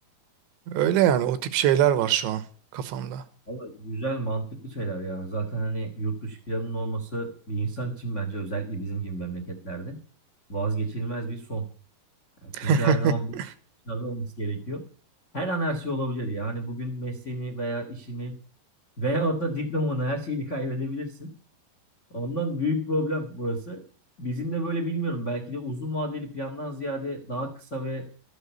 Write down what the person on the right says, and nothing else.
Öyle yani o tip şeyler var şu an kafamda.
<laughs>